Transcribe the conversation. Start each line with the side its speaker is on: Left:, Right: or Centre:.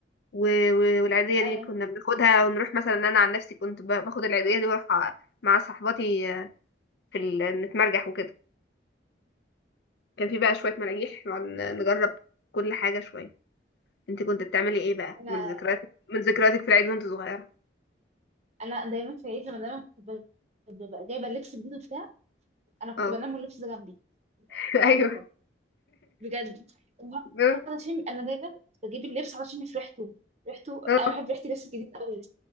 Left: و... و... والعيدية
Right: ايوه
Left: دي كنا بناخدها ونروح مثلا انا عن نفسي كنت ب... باخد العيدية دي واروح أ- مع صحباتي في ال... نتمرجح وكده كان في بقى شوية مراجيح نقعد نجرب كل حاجة شوية انت كنت بتعملي ايه بقى
Right: انا
Left: من ذكرياتك من ذكرياتك في العيد وانت صغيرة
Right: انا دايما في العيد لما دايما كنت ب- ببقى جايبه اللبس الجديد وبتاع انا كنت
Left: اه
Right: بنام واللبس ده جنبي
Left: <laughs>
Right: معروفه
Left: ايوه <laughs>
Right: بجد
Left: اه
Right: وعلشان انا دايما بجيب اللبس علشان في ريحته ريحته
Left: اه
Right: انا بحب ريحه اللبس الجديد قوي